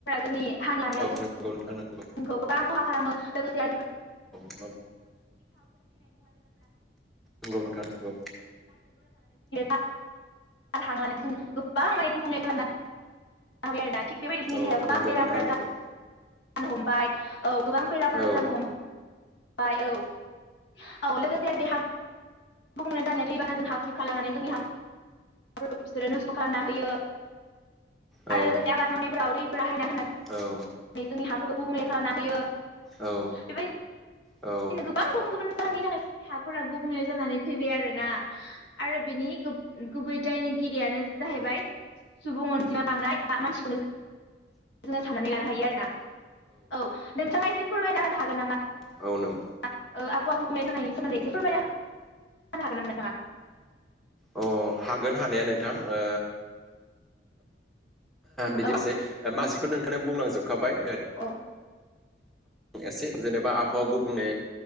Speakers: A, on the left (about 85°); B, in the centre.
A: जोंनि हां लानायाव
B: औ
A: जों
B: नंगौ नोंथां नंगौ
A: आंखौ गोबां खहा खालामो लोगोसे आरो
B: औ औ नंगौ नोंथां नंगौ
A: <unintelligible> <unintelligible> <unintelligible> गोबां माने गुबुंले खालामना आरोना थिग बेबायदिनो
B: औ
A: गोबां
B: नंगौ
A: बेरामफोरा
B: नोंथां नंगौ
A: जानो हमबाय औ गोबां बेराफोरा
B: औ
A: जानो हम बाय औ औ लोगोसे आरो बेहा <unintelligible> <unintelligible> बिसोरो नस्थ' खालामना होयो।
B: औ
A: आरो लोगोसे आबाद मावनायफोराव दैफोरा हायना होना
B: औ
A: जोंनि हाफोरखौ गुबुंले खालामना होयो बेबायदि
B: औ औ
A: गोबां गुबुन गुबुन जाहोननि थाखाय देहाफोरा गुबुंले जानानै फैबाय आरो ना आरो बिनि गुबै दायनिगिरियानो जाहैबाय सुबुं अनजिमा बांदनाय मानसिखौनो जोङो साननानै लानो हायो आरोना औ नोंथाङा एसे फोरमायना होनो हागोन नामा?
B: औ नों
A: <unintelligible> आबौ आबौ <unintelligible> सोमोन्दै एसे फोरमायना होनो हागोन नामा नोंथाङा।
B: अ हागोन हानाया नोंथां। ओ बिदि
A: औ
B: <unintelligible> नोंथांनो बुंलांजोबखाबाय।
A: औ
B: एसे जेनेबा आबहावा गुबुंले